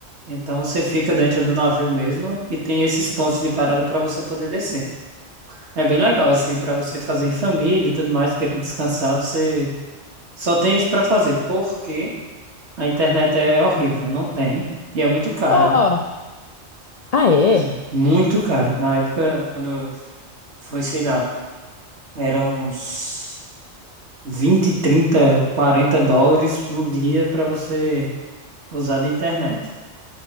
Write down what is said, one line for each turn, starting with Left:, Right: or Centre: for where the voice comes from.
Right: Então você fica dentro do navio mesmo e tem esses pontos de parada para você poder descer. É bem legal, assim, para você fazer em família e tudo mais, querendo descansar, você só tem isso para fazer, porque a internet é horrível, não tem, e é muito cara,
Left: Ó,
Right: né?
Left: ah, é?
Right: Pois é, muito cara. Na época, quando foi, sei lá, era uns. 20, 30, 40 dólares no dia para você usar de internet.